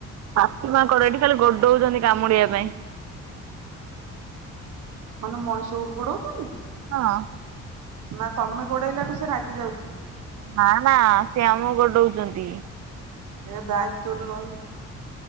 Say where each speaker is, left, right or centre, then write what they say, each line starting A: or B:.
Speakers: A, on the right (about 60°); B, on the right (about 80°).
A: ପାତିମାଙ୍କଡ଼ ଏଠି ଖାଲି ଗୋଡଉଛନ୍ତି କାମୁଡିବା ପାଇଁ।
B: ମାନେ ମଣିଷ କୁ ଗୋଡାଉଛନ୍ତି।
A: ହଁ।
B: ନା ତମେ ଗୋଡ଼େଇଲାଠୁ ସେ ରାଗି ଯାଉଥିବେ।
A: ନା ନା ସେ ଆମକୁ ଗୋଡଉଚନ୍ତି।
B: ଏ ଦାୟିତ୍ୱରୁ ରହିବୁ।